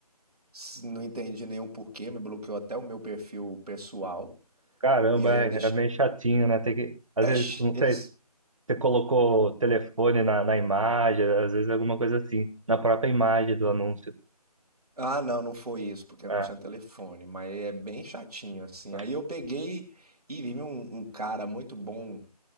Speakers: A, on the right (about 70°); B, on the right (about 55°).
A: S- Não entendi nenhum porquê, me bloqueou até o meu perfil pessoal.
B: caramba,
A: E aí
B: é,
A: eu deixei.
B: é meio chatinho, né, tem que, às
A: Ex,
B: vezes, não
A: Eles.
B: sei, se você colocou o telefone na, na imagem, às vezes alguma coisa assim, na própria imagem do anúncio,
A: Ah, não, não foi isso, porque eu
B: é,
A: não tinha telefone, mas é bem chatinho, assim.
B: é,
A: Aí eu peguei e vi um, um cara muito bom